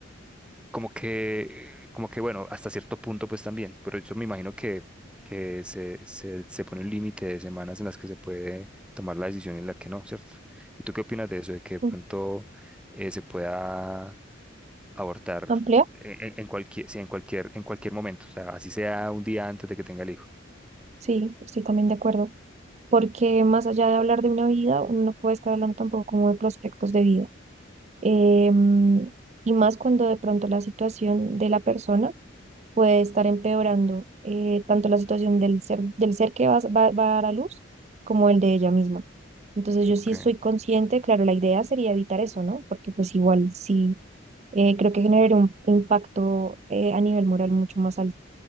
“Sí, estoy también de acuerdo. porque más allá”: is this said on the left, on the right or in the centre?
Right